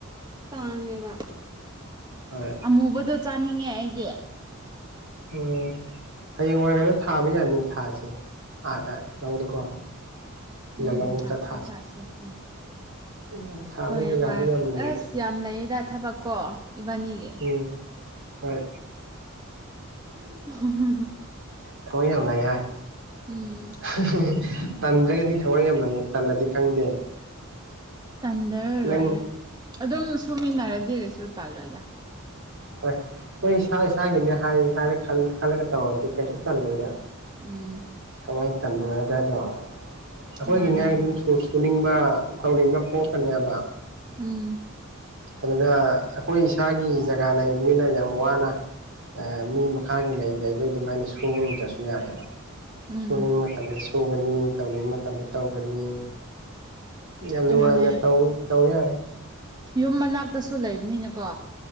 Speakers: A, on the right; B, on the right.
A: ꯇꯥꯡꯉꯦꯕ
B: ꯍꯣꯏ
A: ꯑꯃꯨꯕꯗꯣ ꯆꯥꯅꯤꯡꯉꯦ ꯑꯩꯗꯤ
B: ꯎꯝ ꯍꯌꯦꯡꯋꯥ <unintelligible> ꯊꯥꯕ ꯌꯥꯅꯤ ꯊꯥꯁꯦ ꯑꯥꯗ ꯂꯧꯗꯀꯣ
A: ꯎꯝ
B: ꯂꯧꯕꯨꯛꯇ
A: ꯊꯥꯁꯦ
B: ꯊꯥꯥꯁꯦ
A: ꯊꯥꯁꯦ ꯎꯝ
B: ꯎꯝ ꯊꯥꯕ
A: ꯍꯌꯦꯡꯋꯥꯏ
B: ꯖꯒꯥꯗꯤ ꯌꯥꯝ ꯂꯩꯔꯦ
A: ꯑꯁ ꯌꯥꯝ ꯂꯩꯌꯦꯗ ꯊꯕꯛ ꯀꯣ ꯏꯕꯥꯅꯤꯒꯤ
B: ꯎꯝ ꯍꯣꯏ
A: <unintelligible>
B: ꯊꯋꯥ ꯌꯥꯝꯅ ꯂꯩ ꯍꯥꯏ
A: ꯎꯝ
B: <unintelligible> ꯇꯟꯗ꯭ꯔꯒꯗꯤ ꯊꯋꯥꯏ ꯌꯥꯝ ꯂꯩꯌꯦ ꯇꯜꯂꯗꯤ ꯈꯪꯗꯦ
A: ꯇꯟꯗ꯭ꯔꯒ
B: ꯅꯪ
A: ꯂꯣꯏꯔꯦ ꯑꯗꯨꯝ ꯁꯨꯃꯤꯟꯅꯔꯗꯤ ꯀꯩꯁꯨ ꯇꯜꯂꯣꯏꯗ
B: ꯍꯣꯏ ꯑꯩ ꯏꯁꯥ ꯏꯁꯥꯒꯤꯅꯦ ꯍꯥꯏꯔ ꯈꯜꯂꯒ ꯇꯧꯔꯗꯤ ꯀꯩꯁꯨ ꯇꯜꯂꯣꯏꯗ
A: ꯎꯝ
B: ꯀꯃꯥꯏꯅ ꯇꯟꯗꯣꯏꯅꯗꯥꯗꯣ ꯑꯩꯈꯣꯏꯒꯤꯅꯦ
A: ꯃꯥꯅꯦ
B: ꯍꯥꯛ ꯑꯗꯨꯝ
A: ꯃꯥꯅꯦ
B: ꯁꯨꯅꯤꯡꯕ ꯇꯧꯅꯤꯡꯕ ꯄꯣꯛꯀꯅꯦꯕ
A: ꯎꯝ
B: ꯑꯗꯨꯗ ꯑꯩꯈꯣꯏ ꯏꯁꯥꯒꯤ ꯖꯒꯥ ꯂꯩꯕꯅꯤꯅ ꯌꯥꯝ ꯋꯥꯅ ꯃꯤ ꯃꯈꯥꯒꯤ ꯂꯩ ꯂꯩꯕꯩ ꯑꯗꯨꯃꯥꯏꯅ ꯁꯨꯔꯨꯗ꯭ꯔꯁꯨ ꯌꯥꯔꯦꯕ
A: ꯎꯝ
B: ꯁꯨꯅꯤꯡꯕ ꯃꯇꯝꯗ ꯁꯨꯒꯅꯤ ꯇꯧꯅꯤꯡꯕ ꯃꯇꯝꯗ ꯇꯧꯒꯅꯤ ꯌꯥꯝ ꯅꯨꯡꯉꯥꯏꯅ
A: ꯑꯗꯨꯅꯦ
B: ꯇꯧ ꯌꯥꯔꯦ
A: ꯌꯨꯝ ꯃꯅꯥꯛꯇꯁꯨ ꯂꯩꯕꯅꯤꯅꯀꯣ